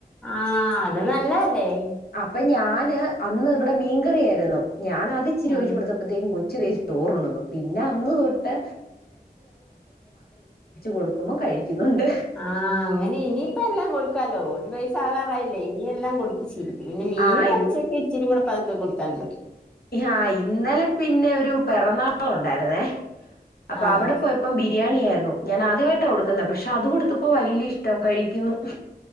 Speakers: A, in the centre; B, on the left.
A: ആ അത് നല്ലതല്ലേ
B: അപ്പൊ ഞാന് അന്ന് ഇവിടെ മീൻകറിയായിരുന്നു ഞാന് അത് ഇിച്ചിരി
A: ഉം
B: ഉഴിച്ച് കൊടുത്തപ്പത്തേക്കും കൊച്ച ചെറിയ ചോറുണ്ണുന്നു പിന്നെ അന്ന് തൊട്ടെ കൊടുക്കുമ്പോ കഴിക്കുന്നുണ്ട്
A: ആ അങ്ങനെ ഇനിപ്പ എല്ലാം കൊടുക്കാലോ ഒരു വയസ്സാകാറായില്ലേ ഇനി എല്ലാം കൊടുക്കുത്ത് ശീലി പിന്നെ മീനും
B: ആ ഇ-
A: ഇറച്ചിക്കെ ഇച്ചിരി കൂടെ പ ഒക്കെ കൊടുത്താൽ മതി
B: ആ ഇന്നലെ പിന്നെ ഒരു പിറന്നാളുണ്ടായിരുന്നേ അപ്പ
A: ആഹ്
B: അവിടെ പോയപ്പം ബിരി ബിരിയാണി ആയിരുന്നു ഞാൻ ആദ്യമായിട്ടാ കൊടുക്കുന്ന പക്ഷെ അത് കൊടുത്തപ്പ വലിയ ഇഷ്ടം കഴിക്കുന്നു